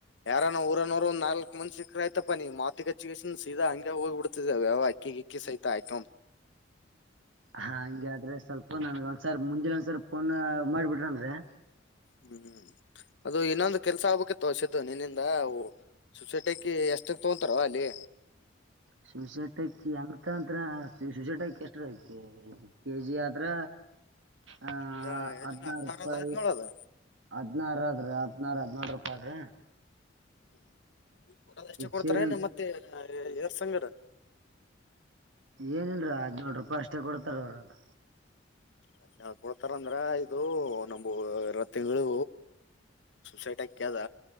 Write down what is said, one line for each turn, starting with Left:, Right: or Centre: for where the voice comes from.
Left: ಯಾರ ಊರನೋರ ಒಂದು ನಾಲ್ಕ್ ಮಂದಿ ಸಿಕ್ಕ್ರ ಆಯ್ತಪ ನೀ ಮಾತಿಗಚ್ಚಿನ್ ಸೀದಾ ಹಂಗೆ ಹೋಗಿ ಬಿಡ್ತಿದೆವ ಅಕ್ಕಿಕ್ಕಿ ಸ <unintelligible>
Right: ಹಾ ಹಂಗೆ ಆದ್ರೆ ಸ್ವಲ್ಪ ನನ್ ಒಂದ್ಸಾರ್ ಮುಂಜೆನೆ ಒಂದ್ಸರ್ ಫೋನ್ ಮಾಡ್ಬಿಟ್ರನ್ರೆ
Left: ಹ್ಮ್ ಅದು ಇನ್ನೊಂದು ಕೆಲ್ಸ ಆಗ್ಬೇಕ್ಕಿತೋ ಸಿ ದು ನಿನ್ನಿಂದ ಸುಸಟಕ್ಕಿ ಎಷ್ಟಕ್ ತಗತಾರೋ ಅಲ್ಲಿ
Right: ಸುಶೇಟಕ್ಕಿ ಅಂತಂತ ಸುಶೇಟಕ್ಕಿ ಎಷ್ಟ್ರ ಕೆಜಿ ಆದತ್ರ ಆ
Left: ಅದ ಎಷ್ಟಕ್ಕೆ
Right: ಹದಿನಾರು ರೂಪಾಯಿ
Left: ಅದ ಹದಿನೇಳು ಅದ
Right: ಹದ್ ನಾರದ್ರೆ ಹದಿನಾರ <unintelligible>
Left: ಹ್ಮ ಕೊಡಷ್ಟ ಕೊಡ್ತಾರ
Right: ಸೇರಿನ
Left: ಏ ಮತ್ತೆ ಎರ್ ಸಂಗರ
Right: ಏನಲ್ರ ಹದಿನೇಳು ರೂಪಾಯಿ ಅಷ್ಟೇ ಕೊಡ್ತಾರ ಅವರದು
Left: ಅದ ಕೊಡ್ತಾರ ಅಂದ್ರ ಇದು ನಮು ಎರಢ ತಿಂಗಳು ಸುಸೈಟ್ ಅಕ್ಯಾದ